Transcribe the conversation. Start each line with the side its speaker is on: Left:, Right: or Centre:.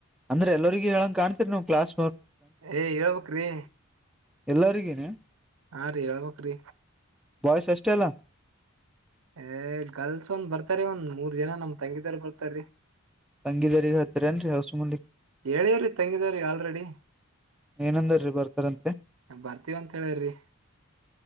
Centre: ಅಂದ್ರೆ ಎಲ್ಲರಿಗ ಹೇಳಂಗ ಕಾಣ್ೀರಿ ನೀವು ಕ್ಾಸ್
Right: ಏ ಹಳ್ಬೇಕ್ರಿ
Centre: ಎಲ್ಲರಿಗೇನೆ
Right: ಹಾ ರೀ ಹೇಳ್ಬಕ್್ರಿ
Centre: ಬಯಸ್ ಎಷ್ಟೇ ಅಲ್ಲ
Right: ಏ ಗರ್ಲ್ಸ್ ಒಂದ್ ಬರ್ತಾರ ಒಂದ್ ಮೂರ್ ಜನ ನಮ್ ತಂಗಿದಾರ ಬರ್ತಾರೀ
Centre: ತಂಗಿದದಾರ ಹತ್ತಾರೇನ್ರಿ ಹಸ ಮುಂದಿ
Right: ಹೇಳೇವ್ರಿ ತಂಗಿದ್ರೀ ಆಲ್ರೆಡಿ
Centre: ಏನಂದರ್ರಿ ಬರ್ತಾರಂತ್ರಿ
Right: ಬರ್ತೀವ ಅಂತ ಹೇಳಿ್ರಿ